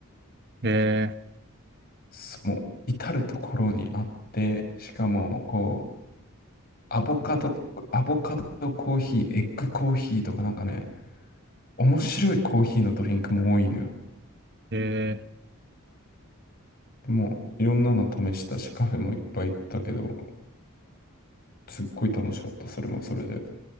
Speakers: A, on the right; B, on the left.
A: ん。え
B: すもう至るところにあって、しかもこう、アボカド、アボカドコーヒー、エッグコーヒーとかなんかね、面白いコーヒーのドリンクも多いのよ。
A: ー、え
B: でも、いろんなの試したし、カフェもいっぱい行ったけど、すっごい楽しかった、それもそれで。